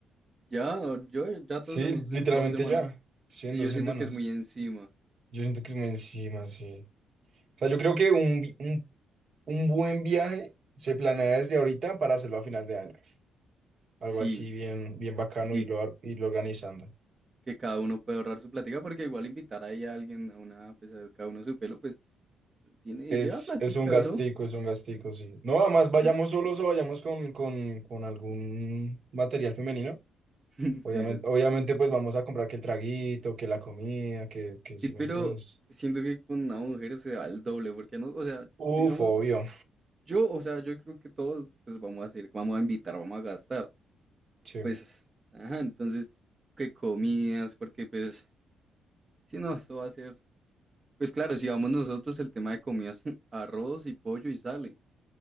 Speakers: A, on the right; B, on the right.
A: Ya, yo, ya
B: Sí,
A: todos hemos
B: literalmente
A: en dos semanas.
B: ya, sí, en
A: Y
B: dos
A: yo
B: semanas.
A: siento que es muy encima.
B: Yo siento que es muy encima, sí. O sea, yo creo que un, vi- un Un buen viaje se planea desde ahorita para hacerlo a final de año. Algo
A: Sí.
B: así bien, bien bacano
A: Sí,
B: y lo, y lo organizando.
A: que cada uno puede ahorrar su platica, porque igual invitar ahí a alguien a una, pues a cada uno su pelo, pues tiene,
B: Es,
A: lleva platica,
B: es un gastico,
A: ¿no?
B: es un gastico, sí. No, además vayamos
A: Sí,
B: solos o vayamos con, con, con algún material femenino.
A: <laughs> sí,
B: Obviamente,
A: sí,
B: obviamente, pues vamos a comprar que el traguito, que la comida, que, que
A: sí,
B: si
A: pero
B: me entiendes.
A: siento que con una mujer se da el doble, porque no, o sea,
B: Uf,
A: digamos,
B: obvio.
A: yo, o sea, yo creo que todos, pues vamos a hacer vamos a invitar, vamos a gastar,
B: Sí.
A: pues, ajá, entonces, que comidas, porque pues, si no, eso va a ser, pues claro, si vamos nosotros, el tema de comidas, <laughs> arroz y pollo y sale.